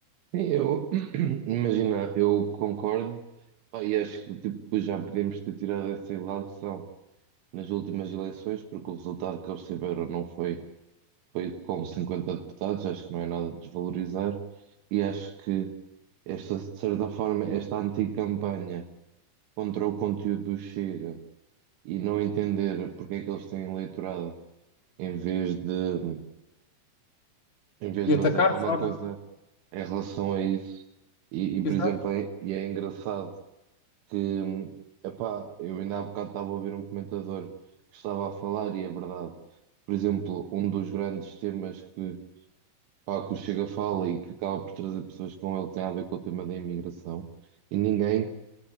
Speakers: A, on the right; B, on the left.
A: sim, eu, <clears throat> imagina, eu concordo, Pá, e acho que tipo, já podemos ter tirado essa ilação nas últimas eleições, porque o resultado que eles tiveram não foi, foi com 50 deputados, acho que não é nada de desvalorizar, e acho que esta, de certa forma, esta anticampanha contra o conteúdo do Chega. e não entender porque é que eles têm eleitorado em vez de em vez
B: E
A: de
B: atacar
A: fazer alguma
B: só,
A: coisa
B: não
A: em relação a isso. E, e,
B: Exato,
A: por exemplo, é, e é engraçado que epá, eu ainda há bocado estava a ouvir um comentador que estava a falar e é verdade. Por exemplo, um dos grandes temas que, pá, que o Chega fala e que acaba por trazer pessoas com ele tem a ver com o tema da imigração. E ninguém